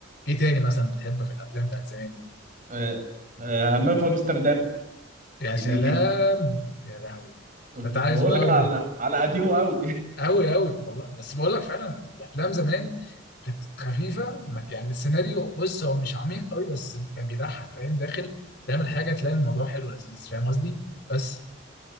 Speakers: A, on the left (about 55°); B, on the right (about 40°).
A: ايه تاني مثلا بتحبه في الافلام بتاعت زمان دي
B: آه، آه، همام في امستردام
A: يا
B: هنيدي
A: سلام يا لهوي
B: <laughs>
A: انت عايز
B: بقول
A: بقى
B: لك على على قديمه قوي
A: قوي قوي والله بس بقول لك فعلا الافلام زمان كانت خفيفه ما- يعني السيناريو بص هو مش عميق قوي بس كان بيضحك فاهم داخل تعمل حاجه تلاقي الموضوع حلو ولذيذ فاهم قصدي بس